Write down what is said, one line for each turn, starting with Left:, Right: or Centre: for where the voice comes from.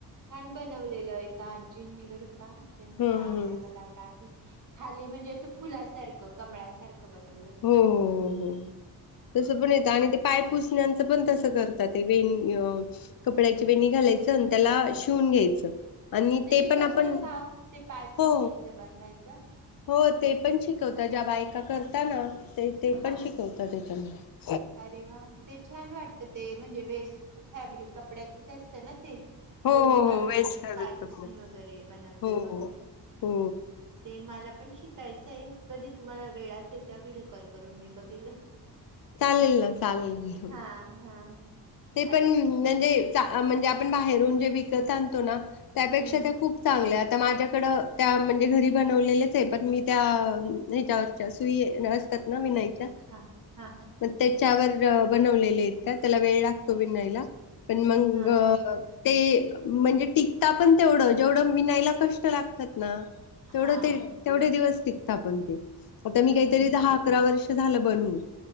Right: छान बनवलेलंय एका आजजींनी बरं का. त्यांचं
Left: हम्म
Right: नाव
Left: हम्म
Right: नाही मला आता आठवत. खाली म्हणजे असं फुलासारखं कमळासारखं- बनवलं होतं
Left: हो हो हो हो तस पण येत आणि ते पायपूस- ण्याच पण तस करतात वे कपड्याची वेणी घालायचं आणि त्याला शिवून घ्यायचं. आणि ते
Right: शिकवतात
Left: पण आपण
Right: का ओ? ते पायपुसणीचं
Left: हो
Right: बनवायचं?
Left: हो ते पण शिकवता ज्या बायका- तर. त्याना- ते ते
Right: हां.
Left: पण शिकवतात ते- <unintelligible>
Right: अरे वा ते छान वाटत ते म्हणजे बेस्ट- फॅब्रिक कपड्याचच असतं ना ते-
Left: हो
Right: वेणी
Left: हो
Right: घालून
Left: हो वेस्ट घालत
Right: पायपुसणी
Left: कपडे
Right: वगैरे बनवतात
Left: हो
Right: बघा
Left: हो हो
Right: ते मला पण शिकाय- कधी तुम्हाला वेळ असेल त्या व्हिडिओ कॉल करून मी बघेल.
Left: चाललेल ना चाललेल.
Right: हां हां.
Left: ते
Right: अच्छा
Left: पण म्हणजे चा- म्हणजे आपण बाहेरून जे विकत आणतो ना- त्यापेक्षा
Right: हं.
Left: त्या खूप चांगल्यात. माझ्याकड त्या म्हणजे घरी बनवलेलेचे पण मी त्या ह्याच्यावरच्या सुई असतात ना विनाय-
Right: हां, हां, हां.
Left: मग तेच- वर बनवलेलेत का त्याला वेळ लाग-
Right: अच्छा.
Left: विणायला पण मग
Right: हां, हां, हां.
Left: ते म्हणजे टिकता पण तेवढं जेवढं विनायला कष्ट लागतात ना तेवढ
Right: हां.
Left: ते तेवढे दिवस टी कता पण ते. आता मी
Right: हं.
Left: काहीतरी दहा अकरा वर्ष झालं बनवून.